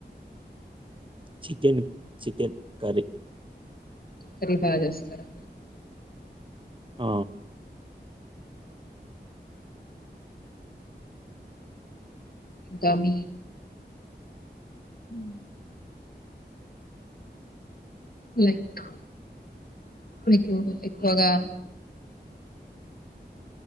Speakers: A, on the right (about 30°); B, on the left (about 55°).
A: chicken chicken curry
B: curry బాగా చేస్తారా
A: ఆ
B: గమి హ లైక్ నాకు ఎక్కువగా